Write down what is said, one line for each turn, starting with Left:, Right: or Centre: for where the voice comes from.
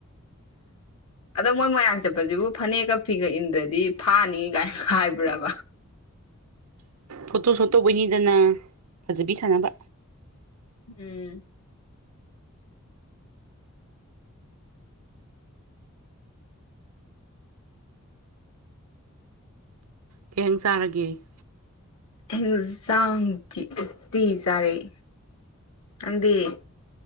Left: ꯑꯗꯣ ꯃꯣꯏ ꯃꯣꯏꯔꯥꯡ ꯆꯠꯄꯖꯤꯕꯨ ꯐꯅꯦꯛꯀ ꯐꯤꯒ ꯏꯟꯗ꯭ꯔꯗꯤ ꯐꯥꯅꯤꯒꯥꯏ ꯍꯥꯏꯕ꯭ꯔꯕꯥ
Right: ꯐꯣꯇꯣ ꯁꯣꯠ ꯇꯧꯕꯩꯅꯤꯗꯅ ꯐꯖꯕꯤ ꯁꯥꯟꯅꯕ꯫
Left: ꯎꯝ-
Right: ꯀꯦꯍꯪ ꯆꯥꯔꯒꯦ?
Left: ꯍ ꯆꯥꯡ ꯎꯇꯤ ꯆꯥꯔꯛ ꯈꯪꯗꯤꯦ